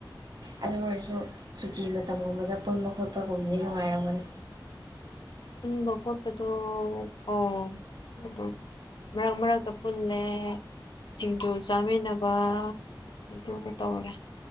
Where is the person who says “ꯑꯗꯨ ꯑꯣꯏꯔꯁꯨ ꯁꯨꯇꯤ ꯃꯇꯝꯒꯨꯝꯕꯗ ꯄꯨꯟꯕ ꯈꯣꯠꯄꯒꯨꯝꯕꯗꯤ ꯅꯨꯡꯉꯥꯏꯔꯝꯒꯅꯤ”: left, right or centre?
Right